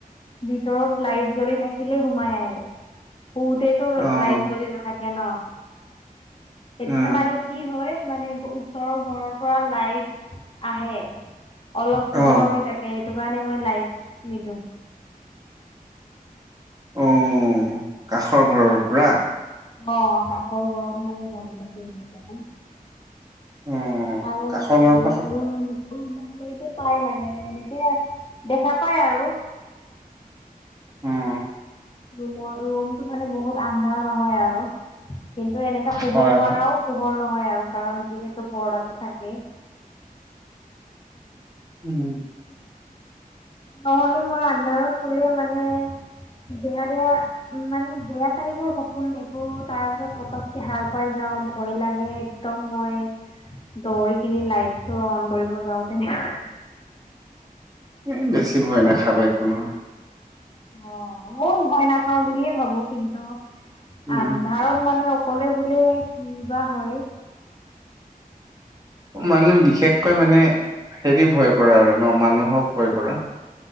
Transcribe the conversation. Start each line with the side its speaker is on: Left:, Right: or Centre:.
Left: ভিতৰত লাইট জ্বলি থাকিলেই সোমাই আহে শোওতেতো
Right: অ
Left: লাইট জ্বলি নাথা থাকে ন এতিয়া
Right: উম
Left: মানে কি হয় মানে ওচৰৰ ঘৰৰ পৰা। লাইট আহে অলপ পোহৰ
Right: অহ
Left: হৈ থাকে। সেইটো কাৰণে মই লাইট নিদিওঁ।
Right: অ কাষৰ ঘৰৰ পৰা।
Left: অ কাষৰ ঘৰত মানে জ্বলি থাকে এনিটাইম
Right: অ
Left: আৰু
Right: কাষৰ
Left: মোৰ
Right: ঘৰৰ
Left: ৰুমটো
Right: পৰা
Left: উ মোৰলৈকে পাই মানে এনেকে দেখা পাই আৰু।
Right: উম
Left: ৰুমৰ ৰুমতটো মানে বহুত আন্ধাৰ নহয় আৰু কিন্তু এনেকাে শুব
Right: হয়
Left: নোৱাৰাও
Right: হয়
Left: পোহৰ নহয় আৰু কাৰণ যিহেতু পৰ্দাটো থাকে।
Right: উহু
Left: নহলে মই, আন্ধাৰত শুলে মানে বেয়া বেয়া। উম মানে, বেয়া টাইপৰ সপোন দেখোঁ, তাৰ পিছত পতককে সাৰ পাই যাওঁ ভয় লাগে। একদম মই দৌৰি কিনি লাইটটো অন কৰিব যাওঁ তেনে।
Right: এই বেছি ভয় নাখাবা একো নহয়।
Left: অ ময় ভয় নাখাওঁ বুলিয়ে ভাবোঁ কিন্তু
Right: উম
Left: আন্ধাৰত মানে। হলে বুলিয়ে কি বা হয়।
Right: মানুহ বিশেষকৈ
Left: নে
Right: মানে হেৰি ভয় কৰা আৰু ন মানুহক ভয় কৰা?